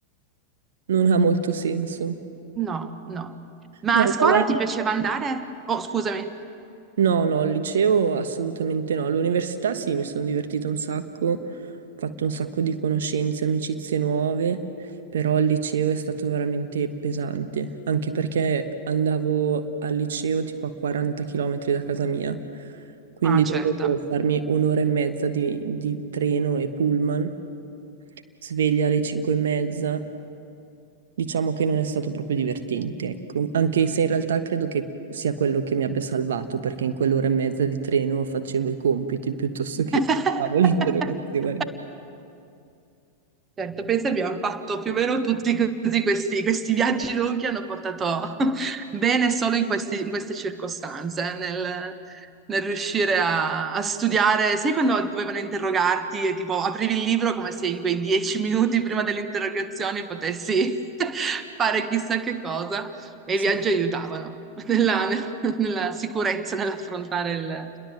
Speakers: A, on the right; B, on the right.
A: non ha molto senso.
B: No, no. Ma
A: No,
B: a
A: il
B: scuola
A: ballet-
B: ti piaceva andare? Oh, scusami.
A: no, no, al liceo assolutamente no. All'università sì, mi sono divertita un sacco, ho fatto un sacco di conoscenze, amicizie nuove, però al liceo è stato veramente pesante, anche perché andavo al liceo tipo a 40 km da casa mia, quindi
B: Ah, certo.
A: dovevo farmi un'ora e mezza di, di treno e pullman, sveglia alle 5 e mezza. Diciamo che non è stato proprio divertente, ecco, anche se in realtà credo che sia quello che mi abbia salvato, perché in quell'ora e mezza di treno facevo i compiti piuttosto che
B: <laughs>
A: <laughs> preparavo le interrogazioni.
B: Certo, penso abbiamo fatto più o meno tutti così questi, questi viaggi lunghi hanno portato <laughs> bene solo in questi- in queste circostanze, nel, nel riuscire a, a studiare. Sai quando dovevano interrogarti e tipo aprivi il libro come se in quei dieci minuti prima delle interrogazioni potessi <laughs> fare chissà che cosa e
A: Sì.
B: i viaggi aiutavano <laughs> nella, nel- nella sicurezza nell'affrontare il,